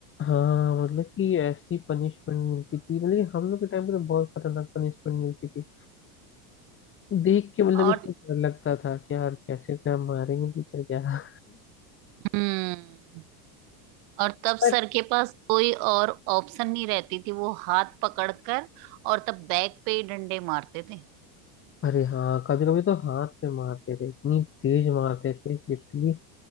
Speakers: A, on the left (about 25°); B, on the right (about 55°).
A: हाँ मतलब कि ऐसी पनिशमेंट मिलती थी मतलब कि हम लोग के टाइम पे तो बहुत खतरनाक पनिशमेंट मिलती थी देख के मतलब
B: और
A: उसको डर लगता था कि यार कैसे क्या मारेंगे कि क्या क्या
B: हम्म और तब
A: पर
B: सर के पास कोई और ऑप्शन नहीं रहती थी वो हाथ पकड़कर और तब बैक पे ही डंडे मारते थे
A: अरे हाँ कभी कभी तो हाथ पे मारते थे इतनी तेज मारते थे पिटली